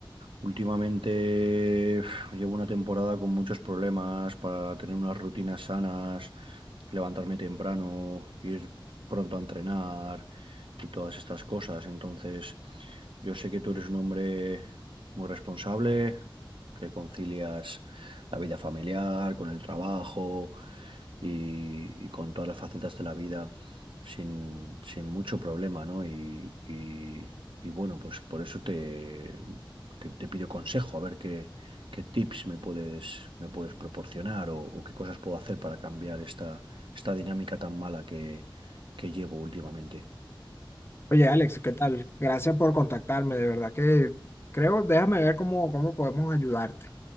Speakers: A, on the right; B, on the left.
A: últimamente uf, llevo una temporada con muchos problemas para tener unas rutinas sanas, levantarme temprano, ir pronto a entrenar y todas estas cosas. Entonces, yo sé que tú eres un hombre muy responsable, que concilias la vida familiar con el trabajo y, y con todas las facetas de la vida sin, sin mucho problema, ¿no? Y, y- y bueno, pues por eso te, te, te pido consejo, a ver qué, qué tips me puedes, me puedes proporcionar o, o qué cosas puedo hacer para cambiar esta, esta dinámica tan mala que, que llevo últimamente.
B: Oye, Alex, ¿qué tal? Gracias por contactarme, de verdad que creo, déjame ver cómo, cómo podemos ayudarte.